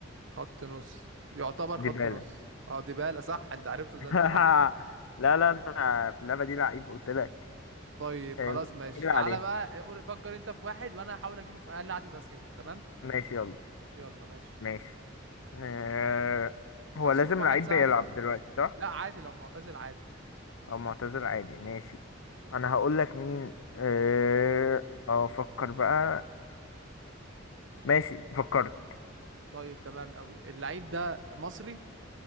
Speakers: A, on the right; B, on the left.
A: خط نص يعتبر
B: ديبالا
A: خط نص اه ديبالا صح انت عرفته ازاي
B: <laughs>
A: بسرعه كده
B: لا لا انا في اللعبه دي لعيب قلت لك
A: طيب
B: آه
A: خلاص
B: مين مين
A: ماشي
B: اللي
A: تعالى
B: عليه
A: بقى قول فكر انت في واحد وانا هحاول اجيبه في اقل عدد اسئله تمام
B: ماشي يلا
A: يلا ماشي
B: ماشي آه هو
A: بس
B: لازم
A: شوف واحد
B: لعيب
A: سهل
B: بيلعب
A: بقى
B: دلوقتي صح
A: لا عادي لو معتزل عادي
B: او معتزل عادي ماشي انا هقول لك مين اه آه، افكر بقى ماشي فكرت
A: طيب تمام قوي اللعيب ده مصري